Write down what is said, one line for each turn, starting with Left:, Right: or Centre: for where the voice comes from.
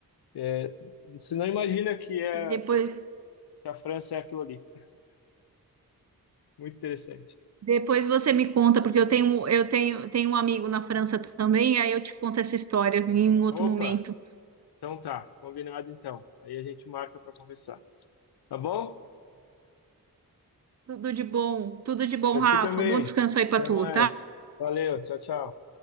Left: É, você não imagina que, é,
Right: Depois,
Left: que a França é aquilo ali. Muito interessante.
Right: depois você me conta, porque eu tenho, eu tenho, tenho um amigo na França também, aí eu te conto essa história em um outro
Left: Opa!
Right: momento.
Left: Então tá, combinado então. Aí a gente marca para conversar. Tá bom?
Right: Tudo de bom, tudo de bom,
Left: Pra
Right: Rafa.
Left: ti também.
Right: Bom descanso aí para
Left: Até
Right: tu,
Left: mais.
Right: tá?
Left: Valeu, tchau, tchau.